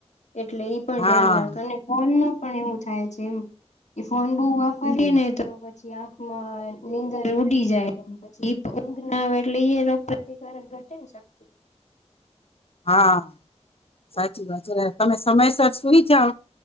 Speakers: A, on the left (about 80°); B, on the left (about 55°).
A: એટલે, પણ
B: હા
A: ધ્યાન રાખો. અનેને ફોન ન <unintelligible> પણ એવું થાય છે. એમ ફોન બહુ વાપરીએ
B: હમ
A: ને તો પછી આંખમાં નીંદર ઉડી જાય. પછી ઊંઘ ના આવે. એટલે, એ રોગપ્રતિકારક ઘટે ને શક્તિ.
B: હા! સાચી વાત છે. તમે સમયસર સુઈ જાઓ.